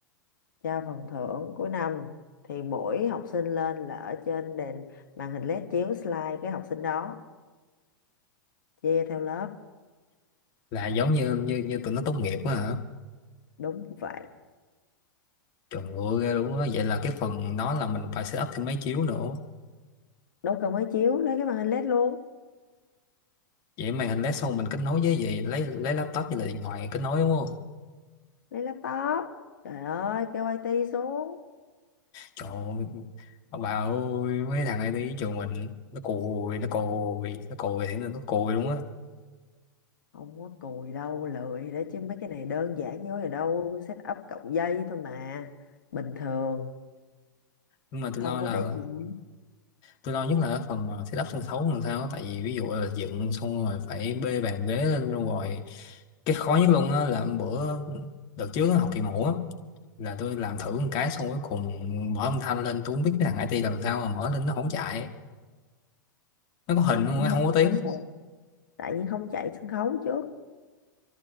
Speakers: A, on the left (about 65°); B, on the left (about 40°).
A: trao phần thưởng cuối năm thì mỗi học sinh lên là ở trên đèn màn hình LED chiếu slide cái học sinh đó chia theo lớp
B: là giống như như như tụi nó tốt nghiệp á hả
A: đúng vậy
B: trời ơi ghê luôn á vậy là cái phần đó là mình phải set up thêm máy chiếu nữa
A: đâu cần máy chiếu lấy cái màn hình LED luôn
B: vậy màn hình led xong mình kết nối với gì lấy lấy laptop như là điện thoại kết nối đúng không
A: lấy laptop trời ơi kêu IT xuống
B: Trời ơi, ông bà ơi, mấy thằng này đi trường mình nó cùi, nó cùi, nó cùi thì nó cùi luôn á.
A: không có cùi đâu lười đó chứ mấy cái này đơn giản như vậy đâu set up cộng dây thôi mà bình thường
B: Nhưng mà tôi
A: không
B: lo
A: có
B: là
A: cái gì
B: tôi lo nhất là cái phần mà setup sân khấu làm sao á. tại vì ví dụ là dựng xong rồi phải bê bàn ghế lên luôn rồi. Cái khó nhất luôn á là hôm bữa đợt trước á, học kỳ mẫu á là tôi làm thử một cái xong cuối cùng mở âm thanh lên tôi không biết cái thằng IT làm sao mà mở lên nó không chạy. Nó có hình không,
A: Cũng
B: nó
A: không
B: không có tiếng.
A: có số tại nhiên không chạy sân khấu trước